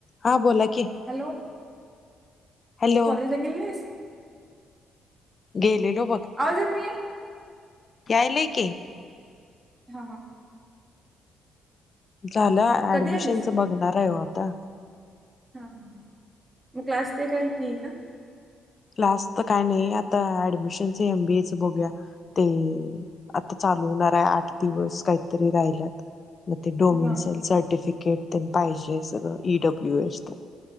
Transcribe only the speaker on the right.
हॅलो
कॉलेजला गेली नाहीस?
आवाज येत नाहीयं?
हा हा.
कधी
आलीस
हा ह मग क्लास ते काय नाही का?
हा